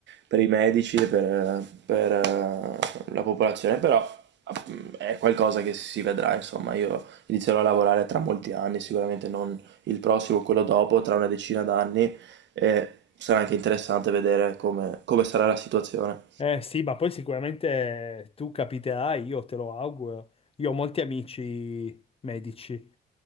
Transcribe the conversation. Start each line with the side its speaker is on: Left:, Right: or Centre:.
Right: per i medici e per, per, eh, la popolazione, però app- è qualcosa che si vedrà, insomma, io inizierò a lavorare tra molti anni, sicuramente non il prossimo, quello dopo, tra una decina d'anni, e sarà anche interessante vedere come, come sarà la situazione
Left: Eh sì, ma poi sicuramente tu capiterai, io te lo auguro. Io ho molti amici medici